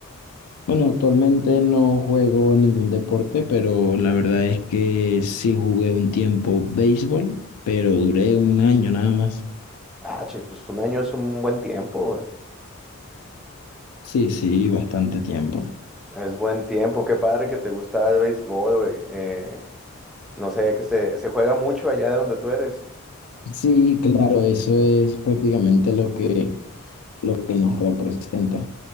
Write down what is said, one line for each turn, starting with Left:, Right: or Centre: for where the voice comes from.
Left: Bueno, actualmente no juego ningún deporte, pero la verdad es que sí jugué un tiempo béisbol, pero duré un año nada más.
Centre: Ah, chis, pues un año es un buen tiempo, güey.
Left: Sí, sí, bastante tiempo.
Centre: Es buen tiempo. Qué padre que te gusta el béisbol, güey. Eh, no sabía que se, se juega mucho allá de donde tú eres.
Left: Sí, claro, eso es prácticamente lo que lo que nos representa.